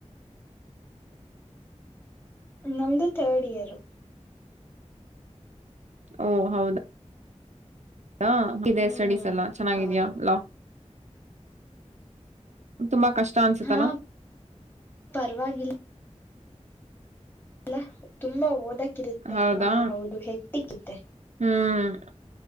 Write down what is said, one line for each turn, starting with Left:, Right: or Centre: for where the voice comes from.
Left: ನಮ್ದು ಥರ್ಡ್ ಇಯರ್
Right: ಓ ಹೌದಾಾ ಇದೆ
Left: ಹ್ಮ್
Right: ಸ್ಟಡೀಸ್ ಎಲ್ಲ ಚೆನ್ನಾಗಿದಯಾಲ್ಲಾ
Left: ಹೌದು
Right: ತುಂಬಾ ಕಷ್ಟ ಅನ್ಸುತ್ತಲ್ಲಾ
Left: ಹಾ ಪರವಾಗಿಲ್ಲ ಅಲ್ಲ ತುಂಬಾ ಓದಕಿರುತ್ತೆ
Right: ಹೌದಾ
Left: ಹಾ ಹೌದು ಹೆಕ್ಟ್ಟಿಕ್ಕಿತ್ತೆ
Right: ಹ್ಮ್